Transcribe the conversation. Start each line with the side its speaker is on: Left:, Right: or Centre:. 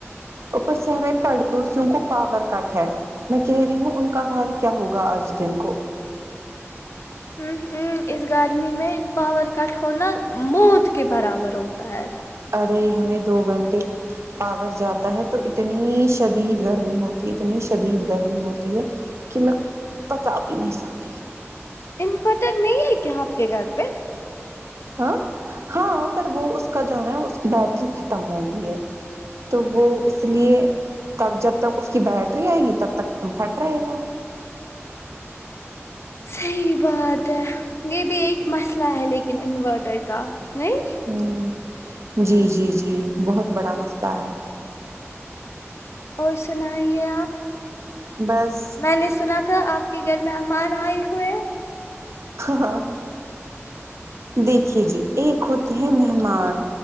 Right: اپر سے ہماے پڑوسیو کو پاور کٹ ہے میں کہہ رہی ہوں ان کا حال کیا ہوگا آج دن کو
Left: ہ ہ اس گرمی میں پاور کٹ ہونا موت کے برابر ہوتا ہے
Right: ارے ہمیں دو گھنٹے پاور جاتا ہے تو اتنی شدید گرمی ہوتی ہے اتنی شدید گرمی ہوتی ہے کہ میں پتا بھی نہیں پاوگی
Left: انورٹر نہیں ہے کیا آپ کے گھر پہ
Right: ہا ہا پر وہ اسکا جو ہے اسکی بیٹری ختم ہوگیی ہے تو وہ اس لیے تب جب تک اس کی بیٹری آئے گی تب تک کمفٹ رہے گا
Left: صحیح بات ہے یہ بھی ایک مسئلہ ہے لیکن انورٹر کا نہیں
Right: ہوں جی جی جی بہت بڑا مسئلہ ہے
Left: اور سناے آپ
Right: بس
Left: میں نے سنا تھا آپ کے گھر مہمان آئے ہوئے ہیں
Right: ہ دیکھیے جی ایک خود ہے مہمان